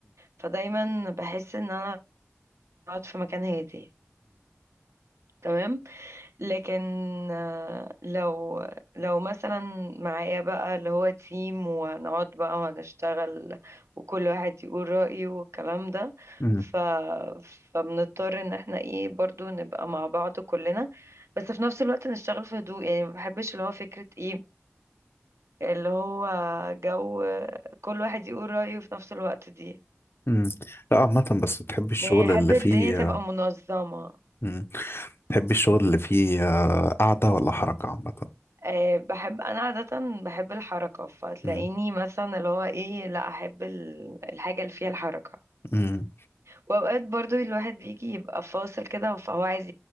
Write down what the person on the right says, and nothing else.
فدايما بحس ان انا بقعد في مكان هادي تمام لكن آه، لو لو مثلا معايا بقى اللي هو تيم وهنقعد بقى وهنشتغل وكل واحد يقول رأيه والكلام ده
ف فبنضطر ان احنا ايه برضو نبقى مع بعض كلنا بس في نفس الوقت نشتغل في هدوء يعني ما بحبش اللي هو فكرة ايه اللي هو جو كل واحد يقول رأيه في نفس الوقت دي
يعني احب
الدنيا
تبقى منظمة
أه بحب انا عادة بحب الحركة فتلاقيني
مثلا اللي هو ايه لا احب ال- الحاجة اللي فيها الحركة
واوقات برضو الواحد بيجي يبقى فاصل كده فهو عايز